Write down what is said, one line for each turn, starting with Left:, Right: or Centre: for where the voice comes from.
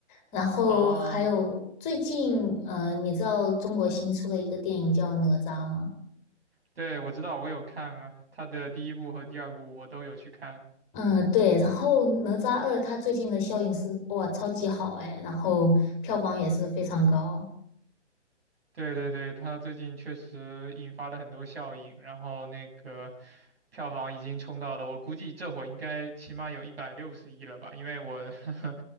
Left: 然后还有最近呃，
Right: 啊，
Left: 你知道中国新出了一个电影叫《哪吒》吗？
Right: 对，我知道，我有看啊，他的第一部和第二部我都有去看。
Left: 嗯，对，然后《哪吒二》它最近的效应是哇超级好哎，然后票房也是非常高。
Right: 对对对，它最近确实引发了很多效应，然后那个票房已经冲到了，我估计这会儿应该起码有一百六十亿了吧？因为我 <laughs>